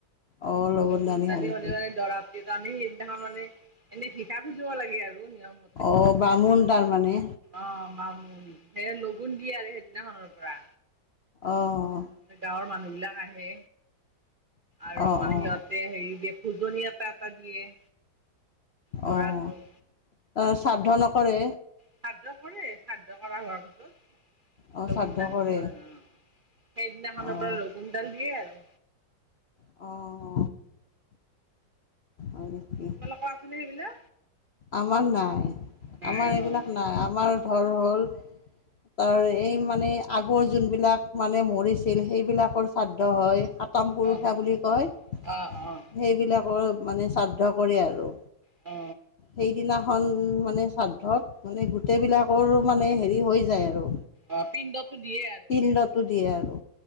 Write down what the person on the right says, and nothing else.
লগুণ দানি
হ'লেও দৰাটো কাৰণে সেইদিনাখন মানে এনে ভিক্ষা খুজিব লাগে আৰু, নিয়ম
অ' বামুন, সেই লগুণ দিয়ে আৰু সেইদিনাখনৰ পৰা।
গাঁৱৰ মানুহ বিলাক আহে আৰু
মানে
সিহঁত তে হেৰি দিয়ে ভোজনি এটা এটা দিয়ে। দৰাটোক
শ্ৰাদ্ধ কৰে, শ্ৰাদ্ধ কৰা হোৱাৰ পিছত।
লগুন
দানি
হয় অ', সেইদিনাখনৰ
পৰা লগুনডাল দিয়ে আৰু।
তোমালোকৰ আছেনে সেইগিলা
নাই
অ',
অ',
অ', অ',
অ
অ' পিণ্ডতো দিয়ে আৰু
অ,